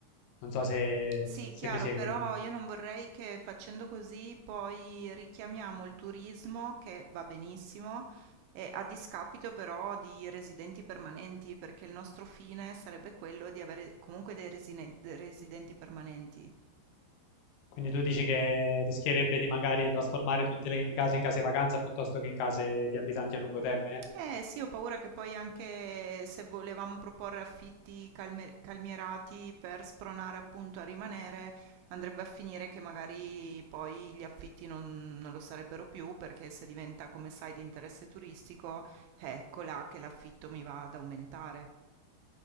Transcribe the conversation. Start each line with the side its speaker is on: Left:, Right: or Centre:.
Left: Non so se,
Right: Sì,
Left: se
Right: chiaro,
Left: mi segui.
Right: però io non vorrei che facendo così poi richiamiamo il turismo, che va benissimo, eh, a discapito però di residenti permanenti, perché il nostro fine sarebbe quello di avere comunque dei resine- dei residenti permanenti.
Left: Quindi tu dici che rischierebbe di magari trasformare tutte le case in case vacanza piuttosto che in case di abitanti a lungo termine?
Right: Eh sì, ho paura che poi anche se volevamo proporre affitti calme- calmierati per spronare appunto a rimanere, andrebbe a finire che magari poi gli affitti non, non lo sarebbero più perché se diventa, come sai, di interesse turistico, eh, ecco là che l'affitto mi va ad aumentare.